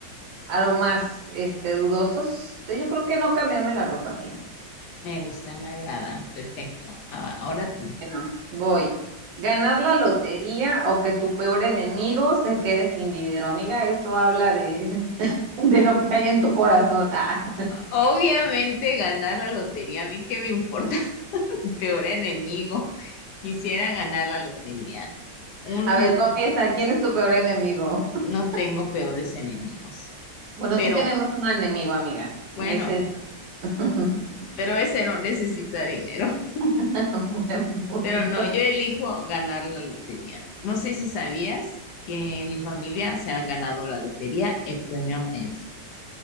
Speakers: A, on the right; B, on the left.
A: aromas, este, dudosos. Entonces yo creo que no cambiarme la ropa, mira.
B: Me gusta, me agrada, perfecto. Ah, Ahora tú.
A: Bueno, voy. Ganar la lotería o que tu peor enemigo se quede sin dinero. Amiga, esto habla de, <laughs> de lo que hay en tu corazón. <laughs> Ah.
B: Obviamente ganar la lotería, ¿a mí qué me importa? peor enemigo. <laughs> Quisiera ganar la lotería. Un,
A: A ver, confiesa, ¿quién es tu peor enemigo? <laughs>
B: no tengo peores enemigos.
A: Bueno,
B: Pero
A: sí tenemos un enemigo, amiga, y
B: bueno,
A: ese es... <laughs>
B: pero ese no necesita dinero.
A: <laughs> Buen
B: <laughs> Pero
A: punto.
B: no, yo elijo ganar la lotería. No sé si sabías que en mi familia se han ganado la lotería, el premio mayor.